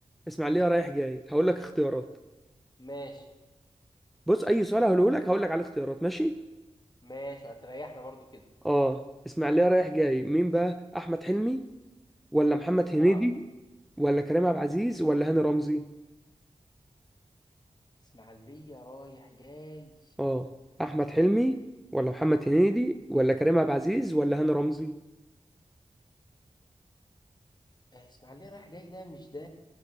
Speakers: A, in the centre; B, on the left.
A: اسماعيلية رايح جاي هقول لك اختيارات
B: ماشي
A: بص اي سؤال هقوله لك هقول لك على الاختيارات ماشي
B: ماشي هتريحنا برضو كده
A: اه اسماعيلية رايح جاي مين بقى احمد حلمي ولا محمد هنيدي
B: اه
A: ولا كريم عبد العزيز ولا هاني رمزي
B: اسماعيلية رايح جاي
A: اه احمد حلمي ولا محمد هنيدي ولا كريم عبد العزيز ولا هاني رمزي
B: آه، اسماعيلية رايح جاي ده مش ده